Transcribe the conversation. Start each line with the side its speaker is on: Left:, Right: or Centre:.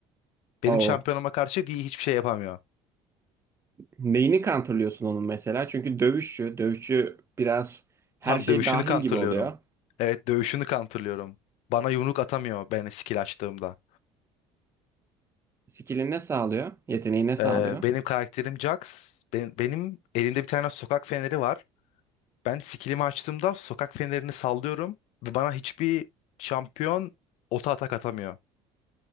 Left: Benim
Right: o
Left: şampiyonuma karşı Vi hiçbir şey yapamıyor.
Right: neyini kontrolüyorsun onun mesela? Çünkü dövüşçü, dövüşçü biraz her
Left: Tam
Right: şey
Left: dövüşünü
Right: dahil
Left: counter'lıyorum.
Right: gibi oluyor.
Left: Evet dövüşünü counter'lıyorum. Bana yumruk atamıyor ben skill açtığımda.
Right: Skill'i ne sağlıyor? Yeteneği ne sağlıyor?
Left: Ee, benim karakterim Jax. Ben- benim elimde bir tane sokak feneri var. Ben skillimi açtığımda sokak fenerini sallıyorum ve bana hiçbir şampiyon ota atak atamıyor.